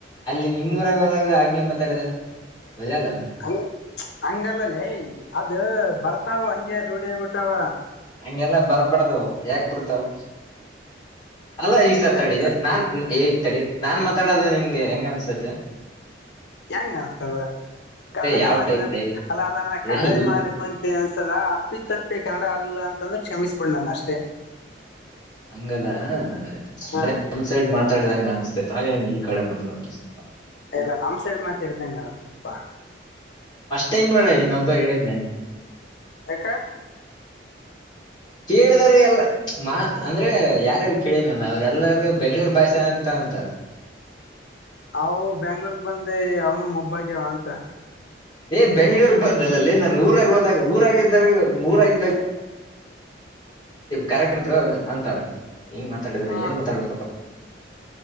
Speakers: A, on the left; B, on the left.
A: ಅಲ್ಲಿ ನಿಮ್ ಊರಾಗ ಹೋದಾಗ ಹಂಗೆ ಮಾತಾಡಿದ್ರ ಒದಲ್ಲ
B: ಹಂಗ್ ಹಂಗಲ್ಲಲೆ ಅದು ಬರ್ತಾವ ಹಂಗೆ ರೂಢಿ ಆಗಿ ಬಿಟ್ಟಾವ
A: ಹಂಗೆಲ್ಲ ಬರ್ಬಡ್ದ ಯಾಕ್ ಬರ್ತಾವ್ ಅಲ್ಲ ಈಸರ್ ತಡೀ
B: ಎದ್ದ
A: ನಾನ್ ಈಗ್ ತಡಿ ನಾನ್ ಮಾತಾಡೋದು ನಿಂಗೆ ಹೆಂಗ ಅನ್ಸ್ತಾಯಿತೇ
B: ಹೆಂಗ ಅನ್ಸ್ತಾದು ಕನ್ನಡನೇ
A: ಯಾವ್
B: ಮಾತಾಡ
A: ಟೈಪ್ ಲೇ
B: ಅಲ್ಲ ಅಲ್ಲ ಕನ್ನಡನೇ
A: ಎಲ್ಲ
B: ಮಾಡ್ಬೇಕು ಅಂತ ಅನ್ಸ್ತಾದ ಅಪ್ಪಿತಪ್ಪಿ ಕನ್ನಡ ಅಲ್ಲ ಅಂತ ತಂದ್ರೆ ಕ್ಷಮಿಸಬಿಡ್ ನಾನ್ ಅಷ್ಟೇ
A: ಹಂಗಲ್ಲ ಅಂದ್ರೆ
B: ಹಾ
A: ಒಂದ್ ಸೈಡ್ ಮಾತಾಡ್ದಂಗ ಅನ್ಸ್ ತಾ ಏನ್ ಈ ಕಡೆ ಮಾತಾಡು ಅನ್ಸ್ತಾದ
B: ಇಲ್ಲಾ ನಮ್ ಸೈಡ್ ಮಾತಾಡ್ದ್ದಂಗೆ ಅನ್ಸ್ತಾದ್ದ
A: ಟೈಮ್ ನೋಡ ನೀನು ಒಬ್ಬ ಹೇಳಿದ್ ನಂಗೆ
B: ಯಾಕ
A: ಕೇಳಿದಾರೆ ಎಲ್ಲ ಮಾ ಅಂದ್ರೆ ಯಾರ್ಯಾರು ಕೇಳೇನಲ್ಲ ಅವ್ರೆಲ್ಲಾರು ಬೆಂಗಳೂರ್ ಭಾಷೆ ಅಂತ ಅಂತಾರೆ
B: ಅವು ಬೆಂಗಳೂರ್ ಬಂದೆ ಅವನು ಮಬ್ಬಾಗ್ಯಾವ ಅಂತ
A: ಏ ಬೆಂಗ್ಗಳೂರ್ ಬಂದಲ್ಲಲೆ ನಾ ಊರಾಗ ಹೋದಾಗ ಊರಾಗಿದ್ದಾರ ಊರಾಗಿದ್ದಾಗ ಕರೆಕ್ಟ್ ಬ್ರೊ ಅಂತಾರೆ ಹಿಂಗ್ ಮಾತಾಡ್ದ್ರೆ
B: ಹ
A: ಏನ್ ಮಾತಾಡ್ಬೇಕಪ್ಪ